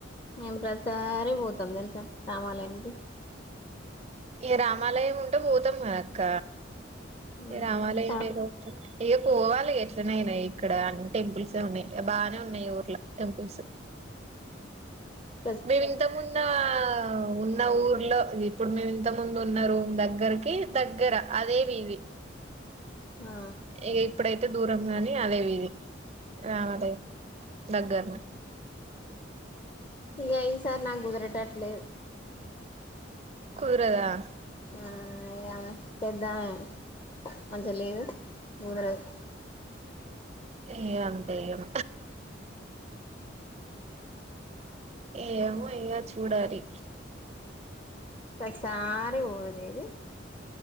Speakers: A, on the left; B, on the right.
A: మేము ప్రతిసారి పోతాం తెలుసా రామాలయానికి
B: ఇగ రామాలయం ఉంటే పోతాం కదా అక్క
A: మ్మ్
B: ఇగ రామాలయం
A: కా
B: లేకపోతే పోవాలి ఎట్లనేయినా ఇక్కడ అన్ని టెంపుల్స్ ఉన్నాయి ఇగ బాగానే ఉన్నాయి ఈ ఊర్ల టెంపుల్స్
A: ఉ
B: మేము ఇంతమున్న ఉన్న ఊర్లో ఇప్పుడు మేము ఇంత ముందు ఉన్న రూమ్ దగ్గరకి దగ్గర అదే వీది
A: ఆ
B: ఇగ ఇప్పుడైతే దూరం గాని అదే వీది రామాలయం దగ్గరనే
A: ఇగ ఈ సారి నాకు కుదిరెటట్లేదు
B: కుదరదా
A: ఆ ఇగ ఆమె పెద్దామె మంచిగ లేదు కుదరదు
B: ఇగ అంతే ఏం ఏమో ఇగా చూడాలి
A: ప్రతిసారి వోనేది